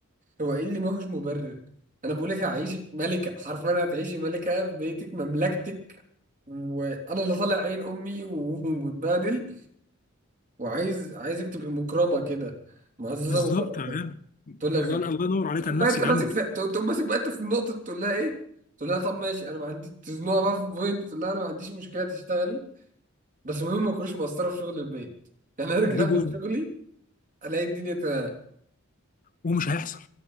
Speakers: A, on the right; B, on the left.
A: هو ايه اللي ما هوش مبرر انا بقول لك هعيشك ملكة حرفيا هتعيشي ملكة في بيتك مملكتك وانا اللي طالع عين امي و- <laughs> ومتبهدل وعايز عايزك تبقي مكرمه كده معززه
B: بالظبط
A: مكرمه
B: يا غالي
A: تقول لك
B: الله الله ينور عليك
A: تقوم
B: على نفسك
A: بقى انت ماسك
B: كلامك
A: في... تقوم تقوم ماسك بقى انت في النقطه تقول لها ايه تقول لها طب ماشي انا ما عندي تزنقها بقى في بوينت تقول لها انا ما عنديش مشكله تشتغلي بس المهم ما تكونيش مقصره في شغل البيت <laughs> يعني ارجع
B: دي
A: من
B: بوينت
A: شغلي الاقي الدنيا تمام
B: ومش هيحصل